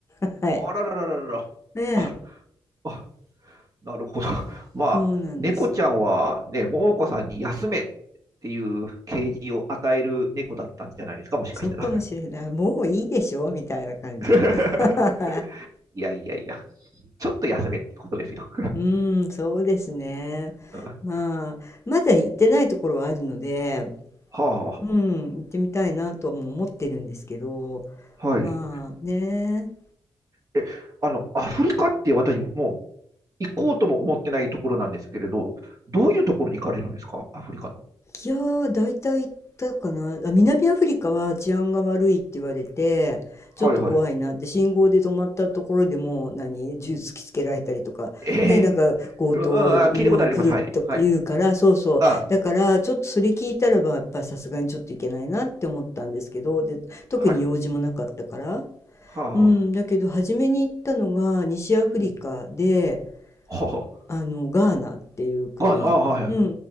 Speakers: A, on the left; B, on the right.
A: <laughs> はい
B: あらららららら。
A: ねえ
B: あら、あ、なるほど。<laughs> まあ、
A: そうなんです
B: 猫ちゃんはね、桃子さんに休めっていう啓示を与える猫だったんじゃないですか、もしかしたら。
A: そうかもしれないもういいでしょみたいな感じ
B: <laughs>
A: <laughs> はい
B: いやいやいや、ちょっと休めってことですよ。
A: うーん、そうですね。
B: うん
A: まあ、まだ行ってないところはあるので、
B: はあ、
A: うん、行ってみたいなとはもう思ってるんですけど、
B: はい。
A: まあね、
B: え、あの、アフリカって私もう行こうとも思ってないところなんですけれど、どういうところに行かれるんですかアフリカの。
A: いやー、大体行ったかな。あ南アフリカは治安が悪いって言われて、ちょっと怖いなって、
B: はいはい。
A: 信号で止まったところでもう、何、銃突きつけられたりとか、
B: ええ
A: ね、なんか強盗、
B: うん、あ、
A: うん、
B: 聞いたことあります。
A: 来ると言うから、
B: はい。はい。
A: そうそう。
B: あ、
A: だから、ちょっとそれ聞いたらば、やっぱさすがにちょっといけないなって思ったんですけど、で、特に用事もなかったから。
B: はい。はあ。
A: うん、だけど、初めに行ったのが西アフリカで、
B: うん。は
A: あのガーナっていう国、
B: あ。あ、あ、はいはい。
A: うんうんう